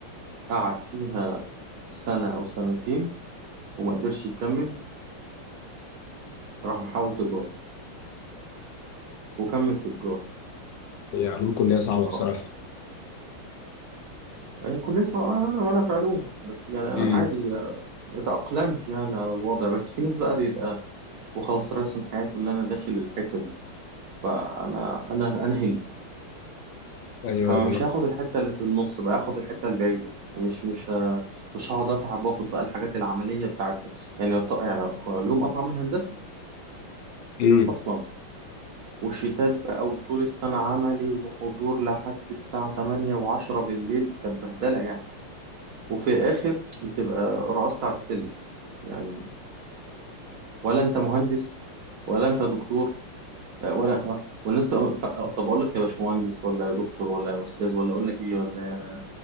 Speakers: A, on the right; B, on the left.
A: قعد فيها سنة أو سنتين وما قدرش يكمل راح محاول تجارة وكمل في تجارة
B: هي علوم كلية صعبة
A: وخ
B: بصراحة
A: هي كلية صعبة أنا أنا في علوم بس يعني أنا
B: مم.
A: عادي اتأقلمت يعني على الوضع بس في ناس بقى بيبقى وخلاص راسم حياته إن أنا داخل الحتة دي فأنا أنا أنا هنا
B: أيوة
A: فمش
B: لما-
A: هاخد الحتة اللي في النص بقى هاخد الحتة البعيدة مش مش ه- مش هقعد أتعب وآخد بقى الحاجات العملية بتاعت يعني يعط- يعني هو علوم أصعب من هندسة
B: مم.
A: أصلا وشتات بقى وطول السنة عملي وحضور لحد الساعة تمانية وعشرة بالليل كانت بهدلة يعني وفي الآخر بتبقى رقصت على السلم يعني ولا أنت مهندس ولا أنت دكتور آه، ولا ولا أنت طب أقول لك يا باشمهندس ولا يا دكتور ولا يا أستاذ ولا أقول لك إيه ولا